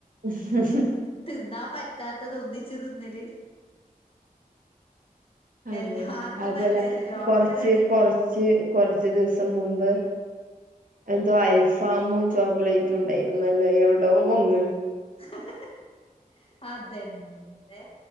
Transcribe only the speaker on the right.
ഉംഹ്
അങ്ങനെ
അതുപോലെ
കൊറച്ച്
കൊറച്ച്
കൊറച്ച് ദിവസം മുമ്പ് എന്തോ അൽഫാമും ചോക്ലേറ്റും ഉണ്ടായിരുന്നല്ലോ എവിടോ വന്ന്